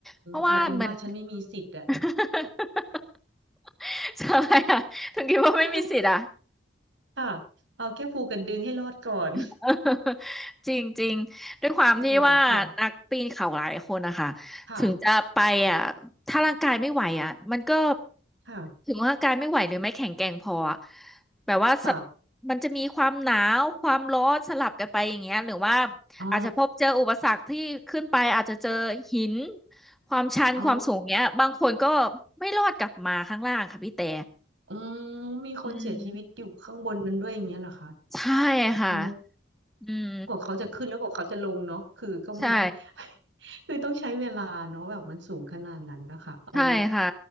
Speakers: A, in the centre; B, on the right.
A: เพราะว่าเหมือน
B: เอาเป็นว่าฉันไม่มีสิทธิ์อะ
A: <laughs> ใช่อะถึงคิดว่าไม่มีสิทธิ์อะ
B: <laughs> ค่ะเอาแค่ภูกระดึงให้รอดก่อน
A: <laughs> จริงจริงด้วยความที่ว่านักปีนเขาหลายคนนะคะ
B: โอ้ค่ะค่ะ
A: ถึงจะไปอ่ะถ้าร่างกายไม่ไหวอ่ะมันก็
B: ค่ะ
A: ถึงว่าร่างกายไม่ไหวหรือไม่แข็งแกร่งพออะแบบว่าสะ
B: ค่ะ
A: มันจะมีความหนาวความร้อนสลับกันไปอย่างเงี้ยหรือว่า
B: อ๋อ
A: อาจจะพบเจออุปสรรคที่ขึ้นไปอาจจะเจอหินความชันความสูงเงี้ยบางคนก็
B: อ๋อ
A: ไม่รอดกลับมาข้างล่างค่ะพี่แต่
B: อืมมีคนเสียชีวิตอยู่ข้างบนนั้นด้วยอย่างเงี้ยเหรอคะ
A: อืมใช่ค่ะ
B: อ๋อ
A: อืม
B: กว่าเขาจะขึ้นแล้วกว่าเขาจะลงเนาะคือก็ไม่
A: ใช่
B: <laughs> คือต้องใช้เวลาเนาะแบบมันสูงขนาดนั้นนะคะอ๋อ
A: ใช่ค่ะ